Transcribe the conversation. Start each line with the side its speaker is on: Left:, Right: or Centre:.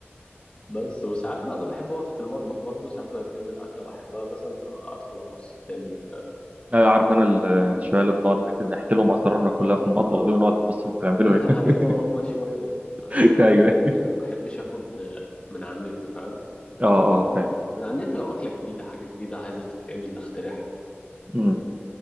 Left: بس وساعات بقى انا بحب اقف في المطبخ برضو ساعات وهي بتعمل اكله بحبها مثلا فادخل ابص بتعمل ايه فاهم
Right: أيوة، عارف انا ال- الشوية اللي بنقعد نك- نحكي لهم اسرارنا كلها
Left: اه
Right: في المطبخ دي ونقعد نبص هم بيعملوا
Left: <laughs>
Right: ايه
Left: ايوه هم شويه دول
Right: <laughs>
Left: انا في الاكل
Right: ايوه
Left: البيتي
Right: ايوه
Left: انا ما بحبش اخد آه، من على النت فاهم
Right: اه اه فاهم
Left: من على النت لو اكله جديده حاجه جديده عايزه تتعمل اخترعها
Right: مم.